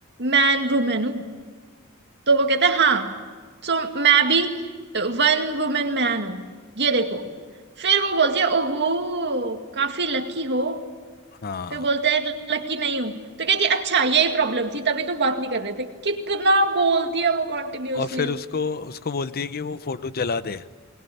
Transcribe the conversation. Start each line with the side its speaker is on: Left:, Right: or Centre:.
Right: मैन वुमेन हूँ तो वो कहता है हाँ सो मैं भी वन वुमेन मैन हूँ ये देखो फिर वो बोलती है ओहो काफी लकी हो
Left: हाँ
Right: फिर बोलता है लकी नहीं हूँ तो कहती है अच्छा यही प्रॉब्लम थी तभी तुम बात नहीं कर रहे थे कितना बोलती है वो कॉन्टिन्यूअसली
Left: और फिर उसको उसको बोलती है कि वो फोटो जला दे